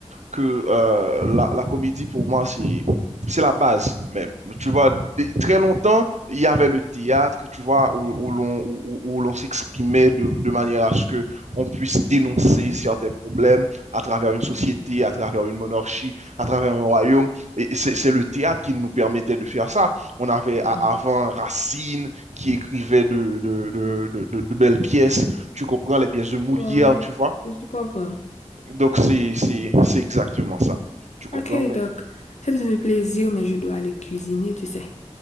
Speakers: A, on the right; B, on the left.
A: que euh, la, la comédie, pour moi, c'est c'est la base même. Tu vois, dès- très longtemps, il y avait le théâtre, tu vois, où, où l'on où, où- où l'on s'exprimait de, de manière à ce que on puisse dénoncer certains problèmes à travers une société, à travers une monarchie, à travers un royaume. Et c'est c'est le théâtre qui nous permettait de faire ça. On avait
B: Mhm.
A: a- avant Racine qui écrivait de, de, de, de, de- de belles pièces, tu comprends, les pièces de Molière,
B: Yeah,
A: tu vois.
B: je comprends.
A: Donc, c'est, c'est, c'est exactement ça. Tu comprends,
B: Ok,
A: mais...
B: donc, c'était un plaisir, mais je dois aller cuisiner, tu sais.